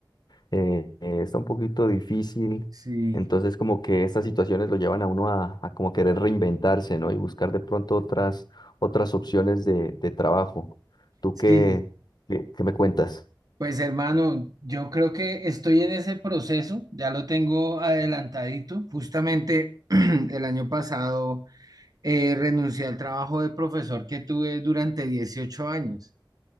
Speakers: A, on the left (about 60°); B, on the right (about 50°).
A: eh, eh, está un poquito difícil.
B: Sí,
A: Entonces, como que estas situaciones lo llevan a uno a, a como querer reinventarse, ¿no? Y buscar de pronto otras, otras opciones de, de trabajo. ¿Tú
B: sí,
A: qué, qué, qué me cuentas?
B: pues hermano, yo creo que estoy en ese proceso, ya lo tengo adelantadito. Justamente <clears throat> el año pasado eh, renuncié al trabajo de profesor que tuve durante 18 años